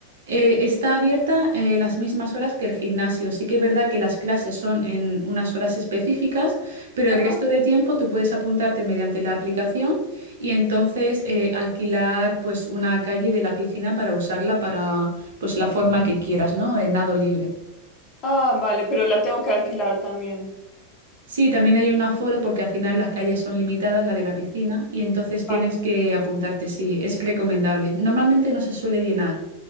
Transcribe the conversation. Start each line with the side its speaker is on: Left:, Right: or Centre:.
Right: Eh, está abierta eh, las mismas horas que el gimnasio. Sí que es verdad que las clases son en unas horas específicas, pero el
Left: Ajá.
Right: resto de tiempo tú puedes apuntarte mediante la aplicación y entonces eh, alquilar pues una calle de la piscina para usarla para pues la forma que quieras, ¿no? En nado libre.
Left: Ah, vale, pero la tengo que alquilar también.
Right: Sí, también hay un aforo porque al final las calles son limitadas, la de la piscina, y entonces tienes
Left: Vale,
Right: que apuntarte, sí, es recomendable. Normalmente no se suele llenar.